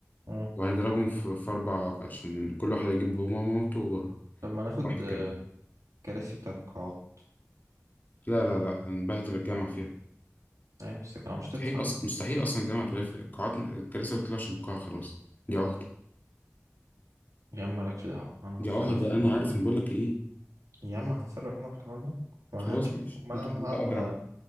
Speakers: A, on the right (about 85°); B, on the left (about 35°).
A: مم.
B: وهنضربهم في, في أربعة عشان كل واحد يجيب بابا ومامته وواحد
A: طب ما ناخد آه،
B: كمان
A: كراسي بتاعت قاعات
B: لا لا لا هنبهدل الجامعة فيها
A: يعني بس الجامعة مش تدفع
B: مستحيل أصلا مستحيل أصلا الجامعة توافق القاعات الكراسي ما بتطلعش من القاعة خلاص دي عهدة
A: يا عم مالكش دعوة أنا
B: دي
A: هتصرف
B: عهدة
A: في الحوار
B: أنا عارف
A: ده
B: إن بقول لك إيه
A: يا عم هتصرف أنا في الحوار ده وهنشوف
B: خلاص ماشي
A: ما
B: أنت
A: أنا
B: أنت
A: هقعد
B: أضرب